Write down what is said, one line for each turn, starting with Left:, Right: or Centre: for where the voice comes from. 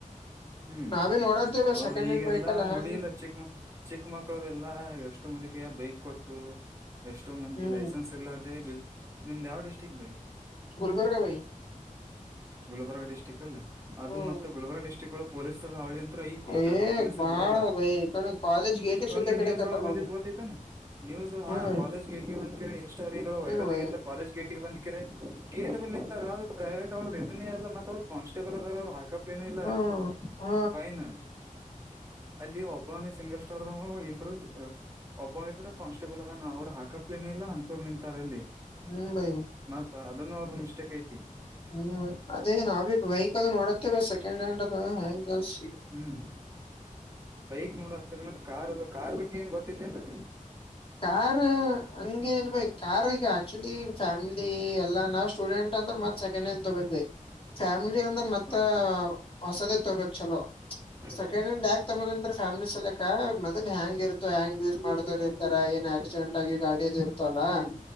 Right: ಹ್ಮ್
Left: ಅದೆ ನೋಡತಿವಿ
Right: ಹೌದು
Left: ಸೆಕೆಂಡ
Right: ಈಗೆಲ್ಲಾ
Left: ಹಾಂಡ್ ವೆಹಕಲ್ ಹಂಗ
Right: ನೋಡಿಲ್ಲ ಚಿಕ್ಕ ಚಿಕ್ಕ ಮಕ್ಕಳುದೆಲ್ಲಾ ಎಷ್ಟೋ ಮಂದಿ ಕೈಯ ಬೈಕ್ ಕೊಟ್ಟು ಎಷ್ಟೋ ಮಂದಿ
Left: ಹ್ಮ್
Right: ಲೈಸೆನ್ಸ್ ಇರಲಾರದೆ ನಿಮ್ದ್ ಯಾವ ಡಿಸ್ಟ್ರಿಕ್ ಬೈ
Left: ಗುಲ್ಬರ್ಗ ಬೈ
Right: ಗುಲ್ಬರ್ಗ ಡಿಸ್ಟ್ರಿಕ್ ಅಲ್ಲಿ ಅದು
Left: ಹ್ಮ್
Right: ಮತ್ತೆ ಗುಲ್ಬರ್ಗಾ ಡಿಸ್ಟ್ರಿಕ್ ಒಳ ಪೊಲೀಸ್ರ ಹಾವಳಿ ಅಂತ್ರ ಐತೆ
Left: ಏ
Right: ಟ್ರಾಫಿಕ್ ಪೊಲೀಸರು
Left: ಬಾಳ
Right: ಬಿಡಲ್ಲ
Left: ಬೈ ಈ ಕಡೆ ಕಾಲೇಜ್ ಗೇಟಿಗೆ ಸುದ್ದ
Right: ಒಂದು
Left: ಕಡಕತ್ತಾರ
Right: ನ್ಯೂಸ್ ಒಳ ಬಂದಿ
Left: ಬಂದು
Right: ಗೋತೈತಾನ ನ್ಯೂಸ್ ಹಾ
Left: ಹ್ಮ್
Right: ಕಾಲೇಜ್ ಗೇಟಿ ಬಂದ <unintelligible> ವೈರಲ್
Left: ಬೈ
Right: ಆಗಿಲ್ಲ ಕಾಲಜ್ ಗೇಟಿ ಬಂದಕಿರೆ ಕ ಬಲ್ ನಿಂತ ಅದು ಪ್ರೈವೇಟ್ ಅವ್ರದ ಇದನೇ ಅಲ್ಲ ಮತ್ತ ಅವ್ರು ಕಾಸ್ಟೇಬಲ್ ಅದಾರ ಅವ್ರು ಹಾಕ <unintelligible> ಇಲ್ಲ
Left: ಹ ಹ
Right: ಫೈನ್ ಅಲ್ಲಿ ಒಬ್ಬನ ಸಿಂಗಲ್ ಸ್ಟಾರ್ದಾಗ ಇಬ್ರು ಒಬ್ಬ ಇದ್ರ ಕಾನ್ಸ್ಟೇಬಲ್ ಅದನ ಅವರು ಹಾಕಪ್ಲೇನ ಇಲ್ಲ ಅಂತೂರು ನಿಂತಾರ ಅಲ್ಲಿ
Left: ಹ್ಮ್ ಬೈ
Right: ಮತ್ತ ಅದನ್ನು ಅವ್ರ ಮಿಸ್ಟೇಕ್ ಐತಿ
Left: ಹ್ಮ್ ಅದೇ ನಾವಿ ವೆಹಿಕಲ್ ನೋಡತ್ತೇವೆ ಸೆಕೆಂಡ್ ಹ್ಯಾಂಡ್ ಅದ ಹ್ಯಾಂಗಲ್ಸ್
Right: ಹ್ಮ್ ಬೈಕ್ ನೋಡತ್ತಿರಿ ಮತ್ತ ಕಾರ್ ಕಾರ್ ಬಗ್ಗೆ ಏನ್ ಗೊತ್ತೈತಿನ್ರಿ
Left: ಕಾರು ಹಂಗೆ ಹಳ್ಬೇಕು ಕಾರ್ ಈಗ ಆಕ್ಚುಲಿ ಫ್ಯಾಮಿಲಿ ಎಲ್ಲಾ ನಾವ್ ಸ್ಟೂಡೆಂಟ್ ಅಂದ್ರ ಮತ್ ಸೆಕೆಂಡ್ ಹ್ಯಾಂಡ್ ತುಗೋಬೇಕ. ಫ್ಯಾಮಿಲಿ ಅಂದ್ರ ಮತ್ತ
Right: ಹಾ ಹಾ
Left: ಹೊಸದ ತೊಬೇಕ ಚಲೋ
Right: ಚಲೋ
Left: ಸೆಕೆಂಡ್ ಹ್ಯಾಂಡ್ ಯಾಕ ತಮ್ಮನ್ ಅಂದ್ರ ಫ್ಯಾಮ್ಲಿ ಸಲಕ ಮೊದ್ಲ ಹೆಂಗ ಇರ್ತ ಹ್ಯಾಂಗ್
Right: ಹ್ಮ್
Left: ಯೂಸ್ ಮಾಡತರಿ ಏನ್ ಆಕ್ಸಿಡೆಂಟ್ ಆಗಿ ಗಾಡಿಯದು ಇರ್ತಾಲ ಅಲ್ಲಾ
Right: ಹ್ಮ್